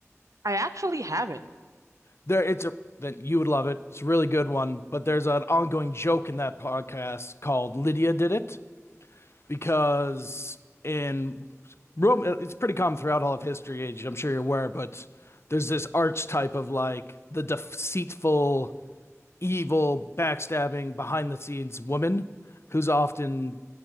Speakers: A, on the right; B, on the left.
A: I actually haven't.
B: There it's a then you would love it. It's a really good one, but there's an ongoing joke in that podcast called Lydia Did It. because in Rome, it's pretty common throughout all of history. Age, I'm sure you're aware, but there's this archetype of like the deceitful, evil, backstabbing, behind the scenes woman who's often